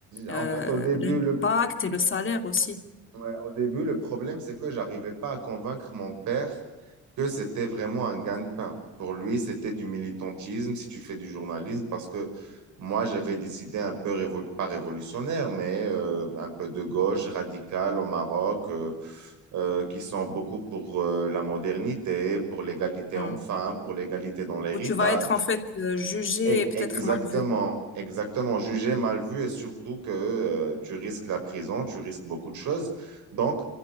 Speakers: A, on the left; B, on the right.
A: euh,
B: En fait, au début,
A: l'impact
B: le,
A: et le salaire aussi.
B: Ouais, au début, le problème, c'est que j'arrivais pas à convaincre mon père que c'était vraiment un gagne-pain. Pour lui, c'était du militantisme si tu fais du journalisme, parce que moi, j'avais des idées un peu, révo- pas révolutionnaires, mais euh, un peu de gauche, radicale au Maroc, euh, euh, qui sont beaucoup pour euh, la modernité, pour l'égalité
A: Mhm.
B: homme-femme, pour l'égalité dans l'héritage.
A: Où tu vas être en fait euh, jugé
B: E-
A: et peut-être
B: Exactement,
A: mal vu.
B: exactement. Jugé, mal vu et surtout que euh, tu risques la prison, tu risques beaucoup de choses. Donc,